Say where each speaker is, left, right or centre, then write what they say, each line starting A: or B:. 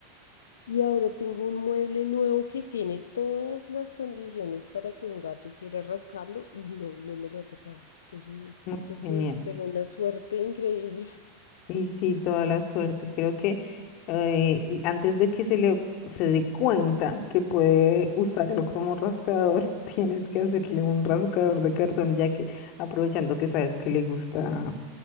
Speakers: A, on the left; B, on the left.
A: Y ahora tengo un mueble nuevo que tiene todas las condiciones para que un gato quiera rascarlo y no, no me lo ha tocado. Entonces
B: Muy
A: creo que
B: genial.
A: tengo una suerte increíble.
B: Y sí, toda la suerte. Creo que eh, y antes de que se le o- se dé cuenta que puede usarlo como rascador, <laughs> tienes que hacerle un rascador de cartón, ya que aprovechando que sabes que le gusta